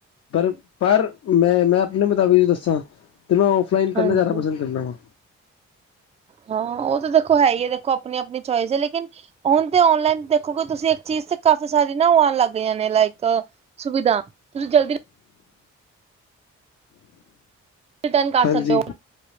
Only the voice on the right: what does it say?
ਹਾਂਜੀ
ਹਾਂ ਹਾਂ ਉਹ ਤਾਂ ਦੇਖੋ ਹੈ ਹੀ ਦੇਖੋ ਆਪਣੀ ਆਪਣੀ ਚੋਇਸ ਲੇਕਿਨ ਹੁਣ ਤੇ ਆਨਲਾਈਨ ਕਿਉਂਕਿ ਤੁਸੀਂ ਇੱਕ ਚੀਜ਼ ਤੇ ਕਾਫੀ ਸਾਰੀ ਨਾ ਉਹ ਆਉਣ ਲੱਗ ਜਾਂਦੇ ਨੇ ਲਾਈਕ ਸੁਵਿਧਾ ਤੁਸੀਂ ਜਲਦੀ ਰਿਟਰਨ ਕਰ
ਸਕਦੇ ਹੋ